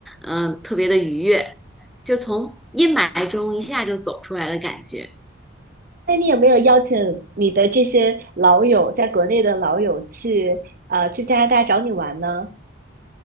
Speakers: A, in the centre; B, on the right.
A: 嗯、特别的愉悦，就从阴霾中一下就走出来的感觉。
B: 那你有没有邀请你的这些老友，在国内的老友去呃去加拿大找你玩呢？